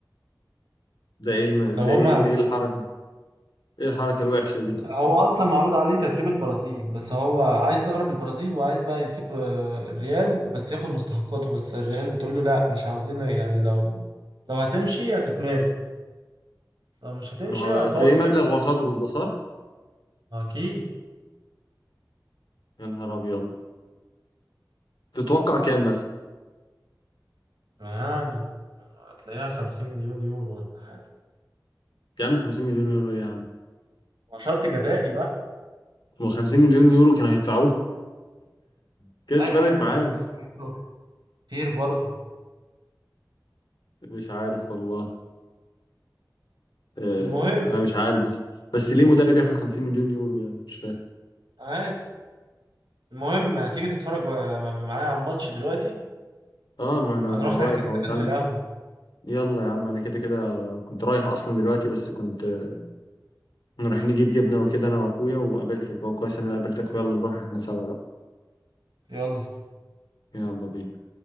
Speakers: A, on the left; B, on the right.
A: ده ايه الم...
B: لو
A: ده
B: هم
A: ايه ده ايه الحركه ايه الحركه الوحشه دي
B: هو اصلا معروض عليه تدريب البرازيل بس هو عايز يدرب البرازيل وعايز بقى يسيب آه، الريال بس ياخد مستحقاته بس الريال بتقول له لا مش عاوزين يعني لو لو هتمشي هتتنازل لو مش هتمشي
A: ما هو
B: هتقعد
A: تلاقيه
B: تكمل
A: مبلغ وقدره ده صح
B: اكيد
A: يا نهار ابيض تتوقع كام مثلا
B: يعني هتلاقيها 50 مليون يورو ولا حاجه
A: يا عم 50 مليون يورو إيه يا عم
B: مع شرط جزائي بقى
A: ما هو 50 مليون يورو كانوا هيدفعوه <laughs> كانتش
B: لا يا
A: فرقت
B: عم 50
A: معاهم
B: مليون يورو كتير برضه
A: مش عارف والله آه،
B: المهم
A: يعني انا مش عارف بس بس ليه مدرب ياخد 50 مليون يورو يعني مش فاهم
B: عادي المهم هتيجي تتفرج آه، معايا على الماتش دلوقتي
A: اه ما انا
B: هنروح
A: رايح
B: نحجز
A: اهو
B: مكان
A: تعال
B: في القهوه
A: يلا يا عم انا كده كده كنت رايح اصلا دلوقتي بس كنت آه، كنا رايحين نجيب جبنه وكده انا واخويا وقابلتك هو كويس إن انا قابلتك ويلا نروح احنا سوا بقى
B: يلا
A: يلا بينا